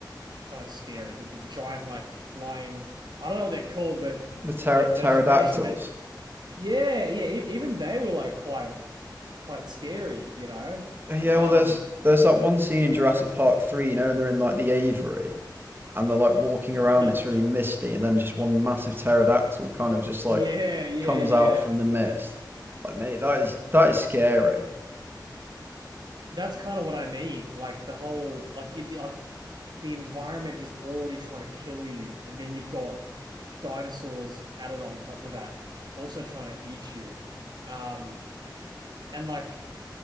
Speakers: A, on the right (about 70°); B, on the right (about 30°).
A: kind of scary. The, the, the giant like flying, I don't know what they're called, but
B: the pter-
A: like
B: pterodactyls
A: they just managed to make yeah, yeah. e- Even they were like quite quite scary, you know?
B: oh yeah
A: Um,
B: well there's there's that one scene in jurassic park 3 you know and they're in like the aviary and they're like walking around.
A: Yeah.
B: It's really misty, and then just one massive pterodactyl kind of just
A: yeah,
B: like
A: yeah,
B: comes
A: yeah.
B: out from the mist. Like, mate, that is that is scary.
A: That's kind of what I mean. Like the whole, like you, like the environment is already trying to kill you, and then you've got dinosaurs added on top of that, also trying to eat you. Um, and like,